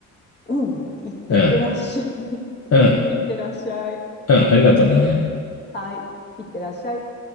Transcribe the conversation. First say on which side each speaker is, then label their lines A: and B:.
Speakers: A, on the left; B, on the left.
A: うん。い、いってらっしゃい。
B: うん、
A: <laughs>
B: うん、
A: いってらっしゃい。
B: うん、ありがとうね。
A: はい。いってらっしゃい。